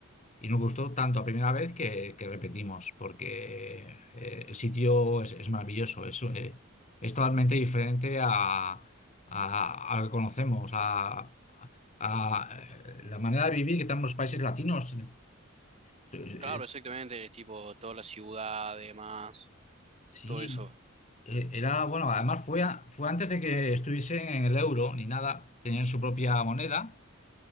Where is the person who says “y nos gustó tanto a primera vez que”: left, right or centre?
Left